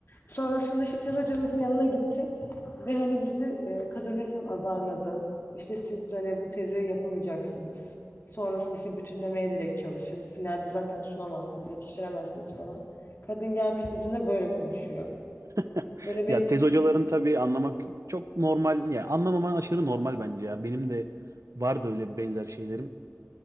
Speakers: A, on the left; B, on the right.
A: Sonrasında işte tez hocamızın yanına gittik ve hani bizi e, kadın resmen azarladı. İşte siz hani bu tezi yapamayacaksınız. Sonrasında işte bütünlemeye direkt çalışın. Finalde zaten sunamazsınız, yetiştiremezsiniz falan. Kadın gelmiş bizimle böyle konuşuyor.
B: <laughs>
A: Böyle benim
B: Ya tez hocaların tabii anlamak çok normal. Ya anlamaman aşırı normal bence ya. Benim de vardı öyle benzer şeylerim.